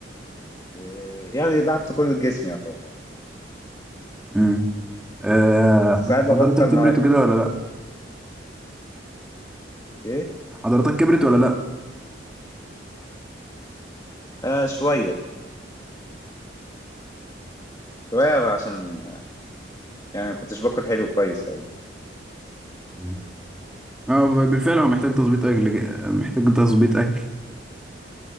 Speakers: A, on the left; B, in the centre.
A: ويعني لعبت كل جسمي يعتبر
B: مم. آه،
A: بس ساعات ببطل
B: عضلاتك كبرت
A: مع يعني
B: وكده ولا لا
A: ايه
B: عضلاتك كبرت ولا لا
A: آه شوية شوية بقى، عشان آه، يعني ما كنتش باكل حلو كويس أوي
B: مم. اه ب- بالفعل هو محتاج تظبيط اكل ج- محتاج تظبيط اكل